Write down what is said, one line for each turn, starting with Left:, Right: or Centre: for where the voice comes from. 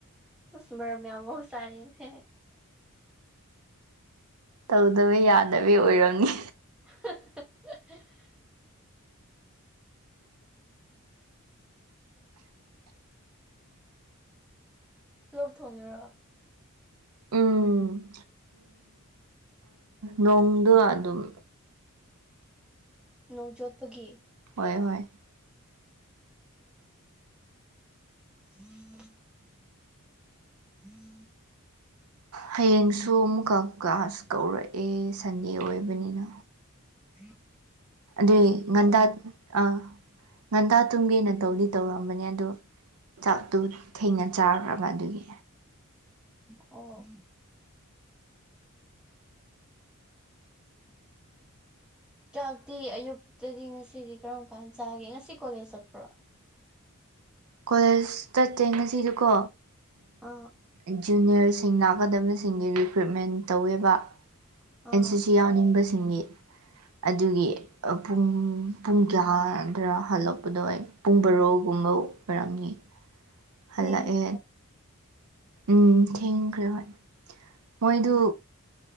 Centre: ꯃꯔꯔꯝꯌꯥꯝ ꯆꯥꯅꯤꯅꯍꯦ
Right: ꯇꯧꯗꯕ ꯌꯥꯗꯕ ꯑꯣꯏꯔꯝꯃꯤ
Centre: <unintelligible> ꯂꯣꯛ ꯊꯣꯡꯉꯦꯔꯣꯑꯣ
Right: ꯎꯝ ꯅꯣꯡꯗꯣ ꯑꯗꯨꯝ
Centre: ꯅꯣꯡ ꯆꯣꯠꯄꯒꯤ
Right: ꯍꯣꯏ ꯍꯣꯏ
Centre: ꯎꯝ ꯎꯝ
Right: ꯍꯌꯦꯡꯁꯨ ꯑꯃꯨꯛꯀ ꯀ꯭ꯂꯥꯁ ꯀꯧꯔꯛꯑꯦ ꯁꯟꯗꯦ ꯑꯣꯏꯕꯅꯤꯅ
Centre: ꯎꯝ
Right: ꯑꯗꯨꯏ ꯉꯟꯗꯥ ꯑꯥ ꯉꯟꯗꯥ ꯇꯨꯝꯒꯦꯅ ꯇꯧꯗꯤ ꯇꯧꯔꯝꯕꯅꯦ ꯑꯗꯣ ꯆꯥꯛꯇꯨ ꯊꯦꯡꯅ ꯆꯥꯈ꯭ꯔꯕ ꯑꯗꯨꯒꯤ
Centre: ꯝꯝ ꯀꯥꯛꯇꯤ ꯑꯌꯨꯛꯇꯗꯤ ꯉꯁꯤꯗꯤ ꯀꯔꯝ ꯀꯥꯟ ꯆꯥꯒꯦ ꯉꯁꯤ ꯀꯣꯂꯦꯖ ꯆꯠꯄ꯭ꯔꯣ
Right: ꯀꯣꯂꯦꯖ ꯆꯠꯇꯦ ꯉꯁꯤꯗꯤꯀꯣ
Centre: ꯑꯥ
Right: ꯟꯖꯨꯅꯤꯌꯔꯁꯤꯡ ꯂꯥꯛꯀꯗꯕꯁꯤꯡꯒꯤ ꯔꯤꯀ꯭ꯔꯨꯏꯠꯃꯦꯟ ꯇꯧꯋꯦꯕ ꯑꯦꯟ
Centre: ꯑꯥ
Right: ꯁꯤ ꯁꯤ ꯌꯥꯎꯅꯤꯡꯕꯁꯤꯡꯒꯤ ꯑꯗꯨꯒꯤ ꯄꯨꯡ ꯄꯨꯡ ꯀꯌꯥꯗꯔ ꯍꯜꯂꯛꯄꯗꯣ ꯑꯣꯏ ꯄꯨꯡ ꯕꯔꯣꯒꯨꯝꯕ ꯑꯣꯏꯔꯝꯅꯤ ꯍꯜꯂꯛꯑꯦ
Centre: ꯊꯦꯡ
Right: ꯎꯝ ꯊꯦꯡꯈ꯭ꯔꯦ ꯍꯚꯣꯏ ꯃꯣꯏꯗꯨ